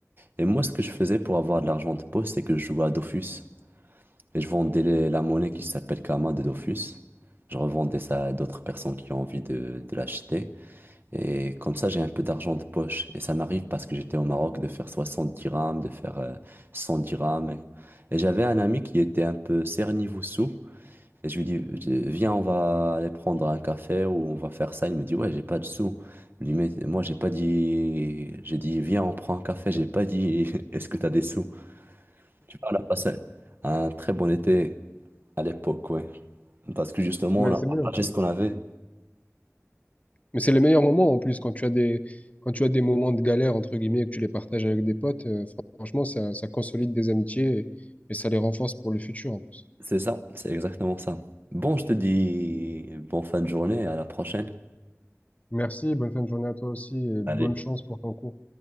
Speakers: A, on the right (about 45°); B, on the left (about 30°).
A: Et moi, ce que je faisais pour avoir de l'argent de poste, c'est que je jouais à Dofus. Et je vendais les- la monnaie qui s'appelle Kama de Dofus. Je revendais ça à d'autres personnes qui ont envie de, de l'acheter. Et comme ça, j'ai un peu d'argent de poche. Et ça m'arrive parce que j'étais au Maroc de faire 60 dirhams, de faire euh, 100 dirhams. Et j'avais un ami qui était un peu cerné sous Et je lui dis, viens, on va aller prendre un café ou on va faire ça. Il me dit, ouais, j'ai pas de sous. Je lui dis, mais moi, j'ai pas dit. J'ai dit, viens, on prend un café. J'ai pas dit, <laughs> est-ce que t'as des sous? Tu vois, on a passé un très bon été à l'époque, ouais. Parce que justement,
B: Ouais,
A: on a
B: c'est
A: partagé
B: bien.
A: ce qu'on avait.
B: Mais c'est les meilleurs moments en plus quand tu as des, quand tu as des moments de galère, entre guillemets, et que tu les partages avec des potes. euh, franchement, ça, ça consolide des amitiés et, et ça les renforce pour le futur. en plus.
A: C'est ça, c'est exactement ça. Bon, je te dis bon fin de journée, à la prochaine.
B: Merci, bonne fin de journée à toi aussi et bonne
A: Allez.
B: chance pour ton cours.